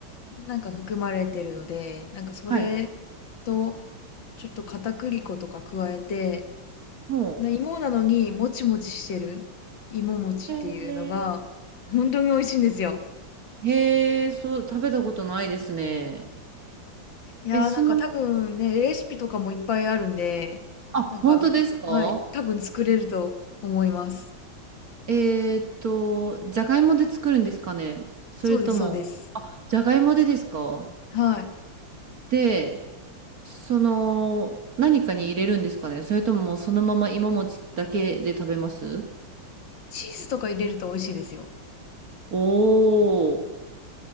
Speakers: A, on the left (about 70°); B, on the right (about 50°).
A: なんか含まれてるので、なんかそれ
B: はい。
A: とちょっと片栗粉とか加えて、
B: も
A: この芋なのにもちもちしてる芋餅っていうのが
B: えーう。へー
A: 本当に美味しいんですよ。
B: へえ、そう、食べたことないですね。
A: いやーなんか多分ね、
B: え、その、
A: レシピとかもいっぱいあるんで、
B: あ、
A: なんか、
B: 本当ですか
A: はい、多分作れると思います。
B: えーっと、じゃがいもで作るんですかねそれとも、
A: そうです、そうです。
B: あ、じゃがいもでですか
A: はい。
B: で、その、何かに入れるんですかねそれとももうそのまま芋餅だけで食べます
A: チーズとか入れると美味しいですよ。
B: おー。